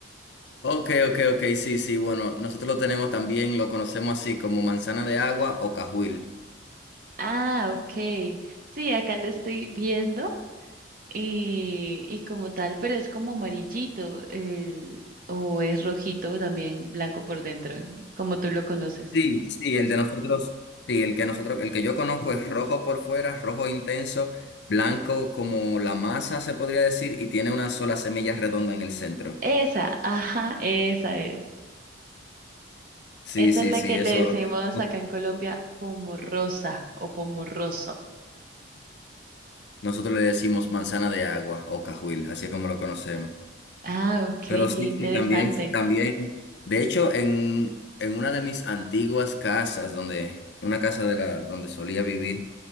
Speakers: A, on the left; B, on the right.
A: Ok, ok, ok, sí, sí, bueno, nosotros lo tenemos también, lo conocemos así como manzana de agua o cajuil.
B: Ah, ok. Sí, acá lo estoy viendo. Y, y como tal, pero es como amarillito, el- o es rojito también, blanco por dentro, como tú lo conoces.
A: Sí, sí, el de nosotros, sí, el que nosotros, el que yo conozco es rojo por fuera, rojo intenso, blanco como la masa se podría decir, y tiene una sola semilla redonda en el centro.
B: Esa, ajá, esa es.
A: Sí,
B: Esa
A: sí,
B: es la
A: sí,
B: que le
A: eso
B: decimos
A: no-
B: acá en Colombia pomorrosa o pomorroso.
A: nosotros le decimos manzana de agua o cajuil, así es como lo conocemos.
B: Ah, ok,
A: Pero sí,
B: qué interesante.
A: sí, también, también. De hecho, en, en una de mis antiguas casas, donde, una casa de la, donde solía vivir,